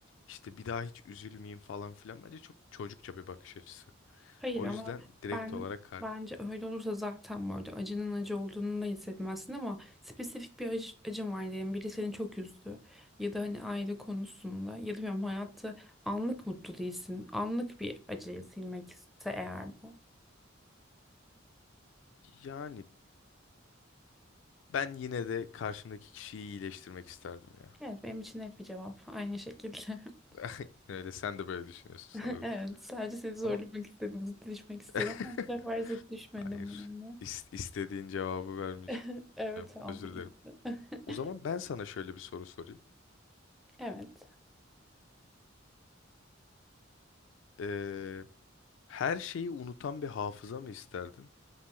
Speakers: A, on the left; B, in the centre.
A: işte bir daha hiç üzülmeyeyim falan filan bence çok çocukça bir bakış açısı.
B: Hayır
A: O
B: ama
A: yüzden direkt
B: ben
A: olarak kar.
B: bence öyle olursa zaten böyle acının acı olduğunu da hissetmezsin ama spesifik bir acı, acın var diyelim. Biri seni çok üzdü ya da hani aile konusunda ya da bilmiyorum hayatta anlık mutlu değilsin. Anlık bir acıyı silmek ise eğer bu.
A: Yani ben yine de karşımdaki kişiyi iyileştirmek isterdim ya.
B: Evet benim için net bir cevap aynı şekilde. <laughs>
A: <laughs> Öyle sen de böyle düşünüyorsun
B: <laughs>
A: sanırım.
B: Evet, sadece seni zorlamak
A: Ama
B: istedim, zıt düşmek istedim
A: <laughs>
B: ama bu sefer zıt düşmedim
A: hayır.
B: benimle.
A: İs- istediğin cevabı vermeyeceğim.
B: <laughs> Evet, almadım.
A: Özür dilerim.
B: <laughs>
A: O zaman ben sana şöyle bir soru sorayım.
B: Evet.
A: Ee, her şeyi unutan bir hafıza mı isterdin?